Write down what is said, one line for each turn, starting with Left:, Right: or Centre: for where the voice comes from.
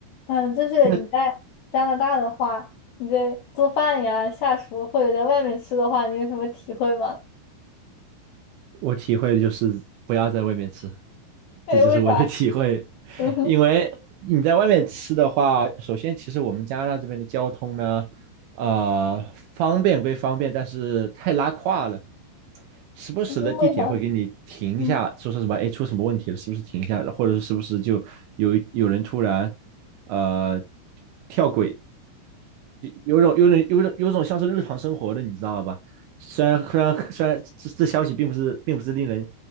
Left: 嗯，就是你在加拿大的话，
Right: 那
Left: 你在做饭呀、下厨或者在外面吃的话，你有什么体会吗？
Right: 我体会的就是不要在外面吃，
Left: 哎，
Right: 这就是我的体会。
Left: 为啥？
Right: <laughs>
Left: 嗯哼，
Right: 因为你在外面吃的话，首先其实我们加拿大这边的交通呢，呃，方便归方便，但是太拉胯了。时不时的地铁会给你停一下，
Left: 嗯为啥？嗯
Right: 说说什么，哎，出什么问题了，是不是停一下了，或者是是不是就有有人突然呃跳轨，有种有种有种有种像是日常生活的，你知道吧？虽然虽然虽然这这消息并不是并不是令人